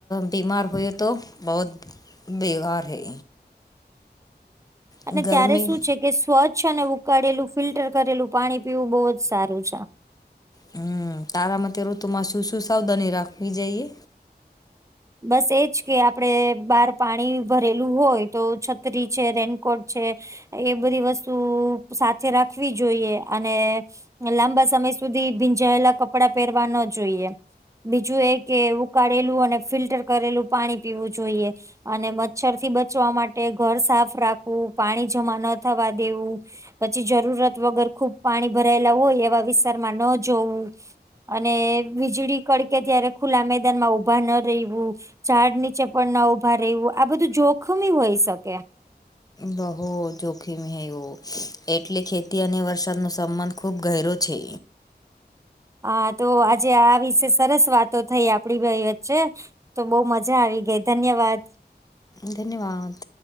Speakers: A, on the left; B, on the right.
A: બીમાર હોય તો બહત બેકાર હ <unintelligible> એ
B: અને
A: ગરમી
B: ત્યારે શું છે. કે સ્વચ્છ અને ઉકાળેલું ફિલ્ટર કરેલું પાણી પીવું બહુ જ સારું છે.
A: હમ તારા મતે ઋતુમાં શું શું સાવધાની રાખવી જઈએ?
B: બસ એજ કે આપડે બહાર પાણી ભરેલું હોય તો, છત્રી છે રેનકોટ છે એ બધી વસ્તુ, સાથે રાખવી જોઈએ અને, લાંબા સમય સુધી ભીંજાયેલા કપડાં પહેરવા ના જોઈએ, બીજું એકે ઉકાળેલું અને ફિલ્ટર કરેલું પાણી પીવું જોઈએ, અને મચ્છર થી બચવા માટે ઘર સાફ રાખવું પાણી જમા ન થવા દેવું, પછી જરૂરત વગર ખુબ પાણી ભરાયેલા હોય એવા વિસ્તારમાં ન જોવું, અને વીજળી કડકે ત્યારે ખુલ્લા મેદાનમાં ઉભા, ઉભા ના રેવું ઝાડ નીચે પણ ના ઉભા રહેવું આ બધું જોખમી હોય શકે
A: બહુ જોખીમ હે વો એટલે ખેતી અને વરસાદનો સબંધ, ખૂબ ગહેરો છે.
B: હા તો આજે આ વિશે સરસ વાતો થઈ આપડી બેઈ વચ્ચે, તો બહુ મજા આવી ગઈ ધન્યવાદ.
A: ધન્યવાદ.